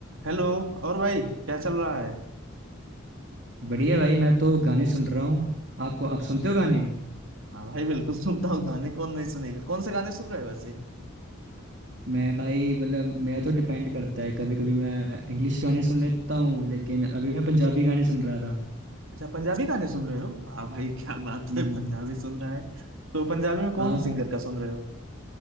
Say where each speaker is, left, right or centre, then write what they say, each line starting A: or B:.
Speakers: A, on the right; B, on the right.
A: Hello और भाई क्या चल रहा है
B: बढ़िया भाई मैं तो गाने सुन रहा हूँ आपको आप सुनते हो गाने
A: हाँ भाई बिल्कुल सुनता हूँ गाने कौन नहीं सुनेगा कौन से गाने सुन रहे हो वैसे
B: मैं भाई मतलब मेरा तो डिपेंड करता है कभी कभी मैं इंग्लिश गाने सुन लेता हूँ लेकिन अभी मैं पंजाबी गाने सुन रहा था
A: अच्छा पंजाबी गाने सुन रहे हो वाह भाई क्या बात
B: हम्म
A: है पंजाबी सुन रहा है तो पंजाबी में
B: आप
A: कौन से सिंगर का सुन रहे हो